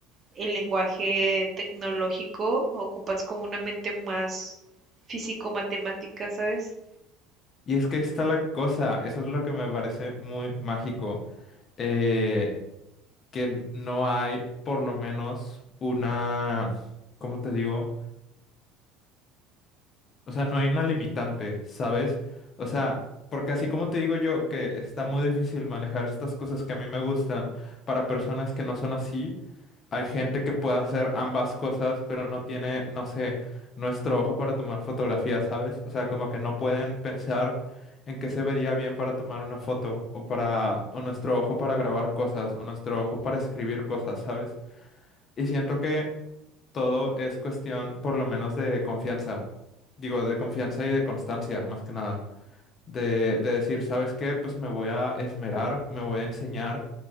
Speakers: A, on the right; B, on the left.
A: el lenguaje tecnológico, ocupas como una mente más físico-matemática, ¿sabes?
B: Y es que ahí está la cosa, eso es lo que me parece muy mágico, eh, que no hay por lo menos una, ¿cómo te digo? O sea, no hay una limitante, ¿sabes? O sea, porque así como te digo yo, que está muy difícil manejar estas cosas que a mí me gustan para personas que no son así, hay gente que puede hacer ambas cosas, pero no tiene, no sé, nuestro ojo para tomar fotografías, ¿sabes? O sea, como que no pueden pensar en qué se vería bien para tomar una foto, o para, o nuestro ojo para grabar cosas, o nuestro ojo para escribir cosas, ¿sabes? Y siento que todo es cuestión, por lo menos, de confianza. Digo, de confianza y de constancia, más que nada. De, de decir, ¿sabes qué? Pues me voy a esmerar, me voy a enseñar.